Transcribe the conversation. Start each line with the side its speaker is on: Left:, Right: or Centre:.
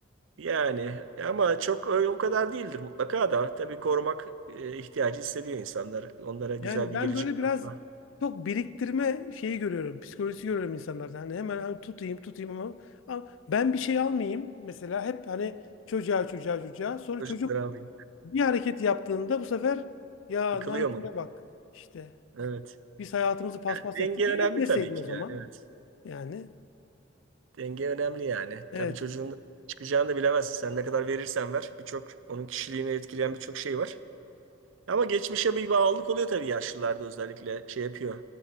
Right: Yani ama çok ö- o kadar değildir mutlaka da. Tabii korumak e, ihtiyacı hissediyor insanlar. Onlara güzel
Left: Yani
Right: bir
Left: ben
Right: gelecek
Left: böyle biraz
Right: var.
Left: çok biriktirme şeyi görüyorum. Psikolojisi görüyorum insanlarda. Hani hemen hani tutayım tutayım ama, ama ben bir şey almayayım. Mesela hep hani çocuğa çocuğa çocuğa. Sonra
Right: Çocukları
Left: çocuk
Right: alayım.
Left: bir hareket yaptığında bu sefer ya
Right: Yıkılıyor
Left: nanküre
Right: mu?
Left: bak işte.
Right: Evet.
Left: Biz hayatımızı paspas
Right: Yani denge
Left: ettik. E,
Right: önemli
Left: etmeseydin
Right: tabii ki
Left: o zaman.
Right: yani. Evet.
Left: Yani
Right: Denge önemli yani.
Left: evet
Right: Tabii çocuğun çıkacağını da bilemezsin. Sen ne kadar verirsen ver. Birçok onun kişiliğini etkileyen birçok şey var. Ama geçmişe bir bağlılık oluyor tabii yaşlılarda özellikle şey yapıyor.